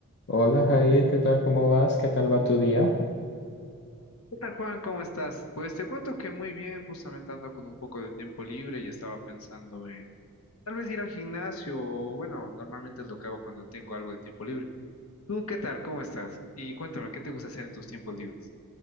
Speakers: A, on the left; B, on the left.
A: Hola Jair, ¿qué tal? ¿Cómo vas? ¿Qué tal va tu día?
B: ¿Qué tal, Juan? ¿Cómo estás? Pues te cuento que muy bien, justamente ando con un poco de tiempo libre y estaba pensando en tal vez ir al gimnasio o bueno, normalmente es lo que hago cuando tengo algo de tiempo libre. ¿Tú qué tal? ¿Cómo estás? Y cuéntame, ¿qué te gusta hacer en tus tiempos libres?